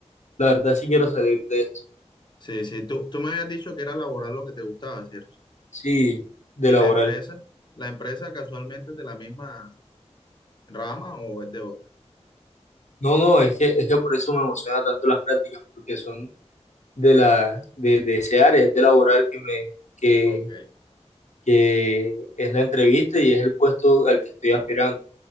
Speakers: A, on the left; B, on the left.
A: la verdad sí quiero salir de esto,
B: Sí, sí. Tú, tú me habías dicho que era laboral lo que te gustaba, ¿cierto?
A: sí, de
B: ¿Y
A: laboral.
B: la empresa? ¿La empresa casualmente es de la misma rama o es de otra?
A: No, no, es que, es que por eso me emociona tanto las prácticas, porque son de la, de, de ese área, es de laboral que me, que,
B: Ok.
A: que es la entrevista y es el puesto al que estoy aspirando.